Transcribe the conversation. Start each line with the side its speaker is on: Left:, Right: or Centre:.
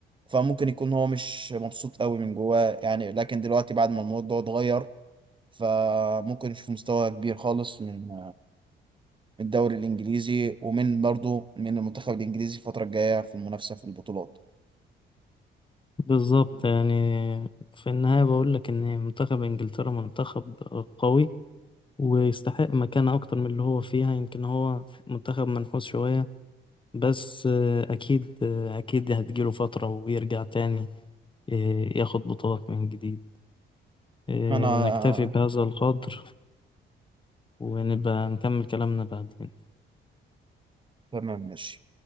Right: فممكن يكون هو مش مبسوط قوي من جواه يعني لكن دلوقتي بعد ما الموضوع اتغير فممكن نشوف مستوى كبير خالص من من الدوري الانجليزي ومن برضو من المنتخب الانجليزي الفتره الجايه في المنافسه في البطولات
Left: بالظبط يعني في النهاية بقول لك إن منتخب إنجلترا منتخب قوي ويستحق مكانة أكتر من اللي هو فيها يمكن هو منتخب منحوس شوية بس آه، أكيد آه، أكيد هتجيله فترة ويرجع تاني آه، ياخد بطولات من جديد آه،
Right: انا
Left: نكتفي بهذا القدر ونبقى نكمل كلامنا بعدين
Right: تمام ماشي